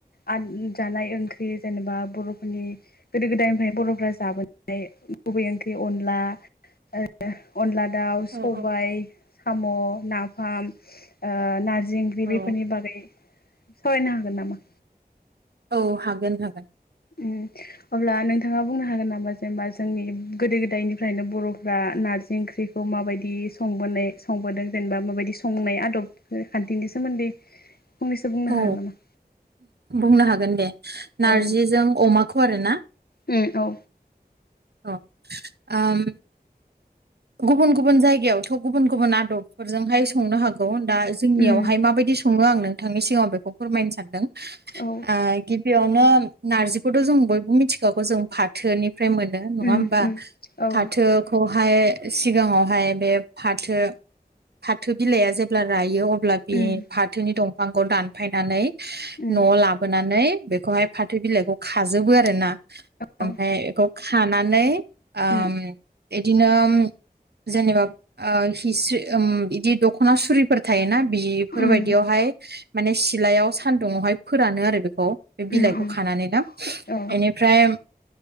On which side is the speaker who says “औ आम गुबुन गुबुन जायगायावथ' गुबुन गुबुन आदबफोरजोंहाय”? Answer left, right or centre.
Right